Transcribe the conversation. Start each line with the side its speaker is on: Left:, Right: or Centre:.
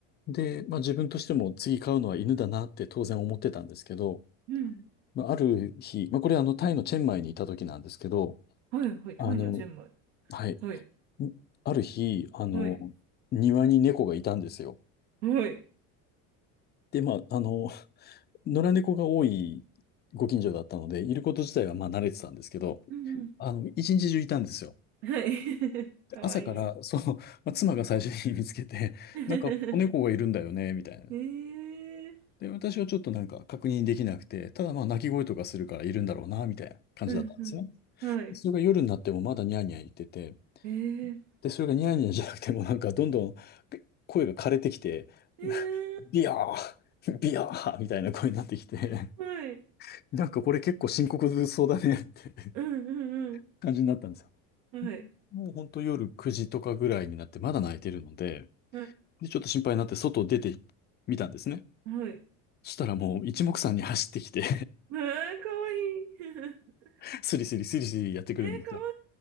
Left: で、まあ自分としても次飼うのは犬だなって当然思ってたんですけど、
Right: うん。
Left: まあある日、まあこれあのタイのチェンマイにいた時なんですけど、
Right: はい。はい。タイのチェンマイ。
Left: あの、はい、
Right: はい。
Left: んある日、あの、
Right: はい。
Left: 庭に猫がいたんですよ。
Right: はい。
Left: で、まああの、野良猫が多いご近所だったので、いること自体はまあ慣れてたんですけど、
Right: うんうん。
Left: あの、一日中いたんですよ。
Right: はい。<laughs>
Left: で、
Right: かわいい。
Left: 朝から、そう、<laughs> まあ、妻が最初に見つけて、<laughs>
Right: <laughs>
Left: なんか子猫がいるんだよね、みたいな。
Right: ええ
Left: で、私はちょっとなんか確認できなくて、ただまあ鳴き声とかするからいるんだろうな、みたいな感じだったんですね。
Right: うんうん。はい。
Left: それが夜になってもまだニャーニャー言ってて、
Right: ええ
Left: で、それがニャーニャーじゃなくてもなんかどんどん声が枯れてきて、
Right: ええ
Left: <laughs> ビヤー、<laughs> ビヤーみたいな声になってきて、
Right: はい。
Left: <laughs> なんかこれ結構深刻そうだねって
Right: うんうんうん。
Left: 感じになったんですよ。
Right: はい。
Left: もうほんと夜9時とかぐらいになってまだ泣いてるので、
Right: はい。
Left: で、ちょっと心配になって外出てみたんですね。
Right: はい。
Left: そしたらもう一目散に走ってきて
Right: ああ、かわいい。<laughs>
Left: <laughs> スリスリスリスリやってくるんですよ。
Right: えー、かわ